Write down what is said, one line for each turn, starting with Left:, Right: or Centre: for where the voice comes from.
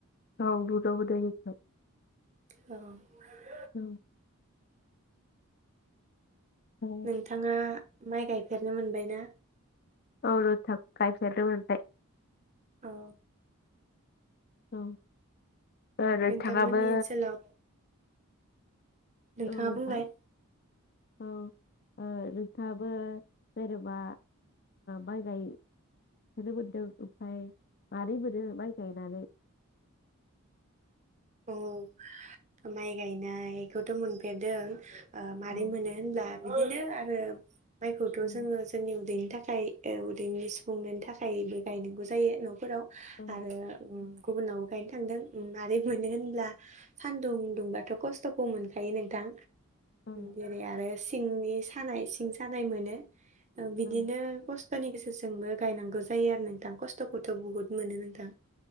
Left: औ गोद गोदायनिफ्राय
Right: औ
Left: औ औ
Right: नोंथाङा माइ गाय गायफेरनो मोनबाय ना
Left: औ नोंथां गायफेरनो मोनबाय
Right: औ
Left: औ ओ नोंथाङाबो
Right: नोंथांमोननि ओनसोलाव नोंथाङा
Left: औ नोंथां
Right: बुंलाय
Left: औ नोंथाङाबो जेनेबा माइ गायफेरनो मोनदों ओमफ्राय मारै मोनो माइ गायनानै
Right: औ माइ गायनायखौथ मोनफेरदों ओ माबारै
Left: औ
Right: मोनो होनब्ला बिदिनो आरो माइखौथ
Left: औ
Right: जोङो जोंनि उदैनि थाखाय उदैनि सुफुं थाखायबो गायनांगौ जायो नफोराव
Left: औ
Right: आरो उम गुबुनावबो गायनो थांदों आरो मोनो होनब्ला सानदुं दुंबाथ खस्थखौ मोनखायो नोंथां
Left: औ
Right: जेरो आरो सि सिंनि सानाय सिं सानाय मोनो बिदिनो
Left: औ
Right: खस्थ खस्थनि गेजेरजोंबो गायनांगौ जायो आरो नोंथां खस्थ खस्थखौ थ बुहुत मोनो नोंथां